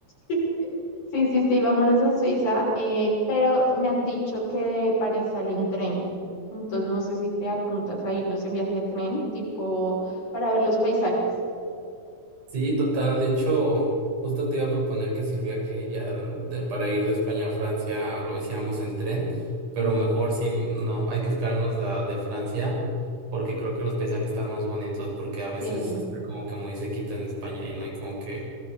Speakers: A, on the left (about 65°); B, on the right (about 75°).
A: <laughs> Sí, sí, sí, vámonos a Suiza, eh, pero me han dicho que de París sale un tren, entonces no sé si te apuntas a irnos en viaje de tren, tipo para ver los paisajes.
B: Sí, total. De hecho, justo te iba a proponer que si el viaje ya de- para ir de España a Francia lo hiciéramos en tren, pero
A: Ujú.
B: mejor sí, no, hay que esperarnos la de Francia porque creo que los paisajes están más bonitos porque a veces
A: Sí,
B: está como que muy sequito en España y no hay como que